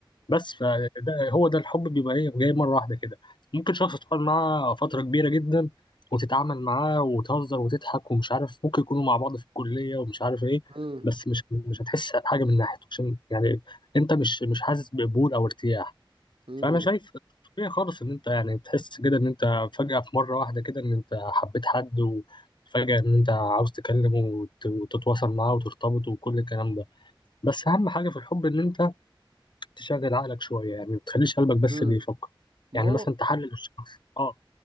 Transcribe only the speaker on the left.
بس فده هو ده الحب بيبقى ايه جاي مره واحده كده ممكن شخص تقعد معاه فتره كبيره جدا وتتعامل معاه وتهزر وتضحك ومش عارف ممكن يكونوا مع بعض في الكليه ومش عارف ايه
بس مش مش هتحس حاجه من ناحيته عشان يعني انت مش مش حاسس بقبول او ارتياح
فانا شايف طبيعي خالص ان انت يعني تحس كده ان انت فجأة في مرة واحدة كده ان انت حبيت حد وفجأة ان انت عاوز تكلمه وت- وتتواصل معاه وترتبط وكل الكلام ده بس اهم حاجة في الحب ان انت تشغل عقلك شوية يعني ما تخليش قلبك بس
اللي يفكر
يعني
مثلا تحلل الشخص اه